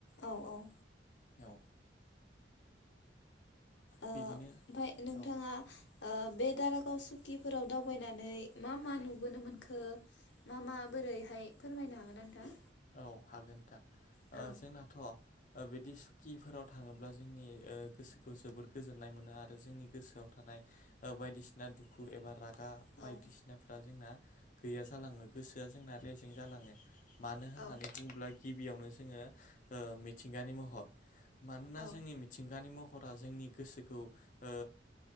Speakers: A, on the left (about 80°); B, on the left (about 45°).
A: औ औ।
B: औ।
A: ओ ओमफाय
B: बिदिनो
A: नोंथाङा
B: औ
A: बे दारागाव सुकिफोराव दावबायनानै मा मा नुबोनो मोनखो मा मा बोरैहाय फोरमायनो हागोनना नोंथां।
B: औ हागोन नोंथां।
A: औ
B: अ जोंनाथ'। बिदि सुकिफोराव थाङोब्ला जोंनि अ गोसोखौ जोबोर गोजोननाय मोनो आरो जोंनि गोसोआव थानाय बायदिसिना अ दुखु एबा राग गा
A: औ
B: बायदिसिनाफोरा जोंना। गैया जालाङो गोसोआ जोंना रेजें जालाङो। मानो होननानै
A: औ
B: बुङोब्ला गिबियावनो जोङो ओ मिथिंगानि महर मानोना
A: औ
B: जोंनि मिथिंगानि मुं नखरा जोंनि गोसोखौ ओ